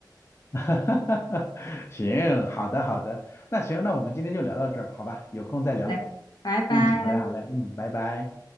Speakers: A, on the left; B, on the left.
A: <laughs> 哈哈哈哈行，好的好的，那行，那我们今天就聊到这儿，好吧？有空再聊。
B: 好嘞，拜拜。
A: 嗯，好嘞好嘞，嗯，拜拜。